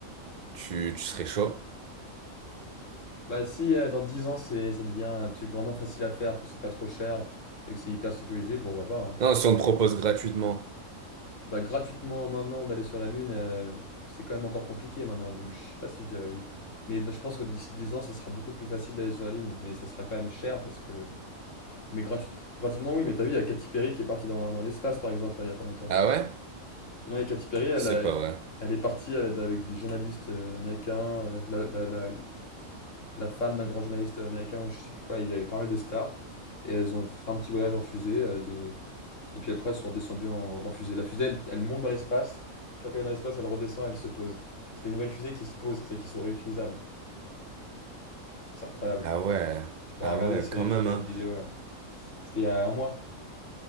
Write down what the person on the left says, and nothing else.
Bah si euh, dans 10 ans, c'est, ça devient un truc vraiment facile à faire, que c'est pas trop cher et que c'est hyper sécurisé, pourquoi pas, hein.
Bah, gratuitement maintenant d'aller sur la Lune, euh, c'est quand même encore compliqué maintenant, donc je sais pas si je dirais oui. Mais je pense que d'ici 10 ans, ça sera beaucoup plus facile d'aller sur la Lune, mais ça sera quand même cher parce que. Mais gratu- gratuitement, oui, mais t'as vu, il y a Katy Perry qui est partie dans, dans l'espace par exemple, là, il y a pas longtemps.
Ouais, Katy Perry, elle,
a-
elle est partie avec, avec des journalistes euh, américains, euh, la, la- la- la femme d'un grand journaliste américain, ou je sais plus quoi, il y avait pas mal de stars, et elles ont fait un petit voyage en fusée euh, de, et puis après, elles sont redescendues en, en fusée. La fusée, elle, elle monte dans l'espace. Une fois qu'elle est dans l'espace, elle redescend, elle se pose. C'est les nouvelles fusées qui se posent, tu sais, qui sont réutilisables. C'est incroyable.
Tu pourras
regarder
sur
YouTube,
il y
a une vidéo. ouais. C'était il y a un mois.